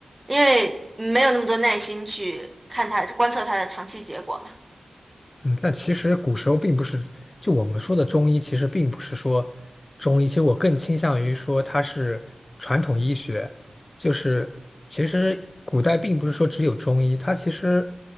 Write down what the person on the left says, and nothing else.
嗯，但其实古时候并不是，就我们说的中医，其实并不是说中医，其实我更倾向于说它是传统医学，就是其实古代并不是说只有中医，它其实